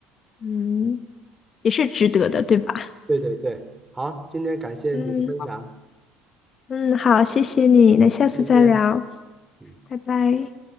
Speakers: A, on the left (about 40°); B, on the right (about 15°).
A: 嗯，也是值得的，对吧？
B: 对对对，好，今天感谢你的分享，
A: 嗯嗯，好，谢谢你，那下次再聊，
B: 好，再见。嗯。
A: 拜拜。